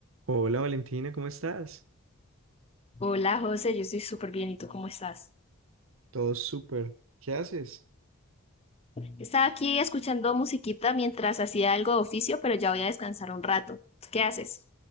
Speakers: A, on the right; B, on the left.
A: Hola Valentina, ¿cómo estás?
B: Hola José, yo estoy súper bien. ¿Y tú cómo estás?
A: Todo súper. ¿Qué haces?
B: Estaba aquí escuchando musiquita mientras hacía algo de oficio, pero ya voy a descansar un rato. ¿Qué haces?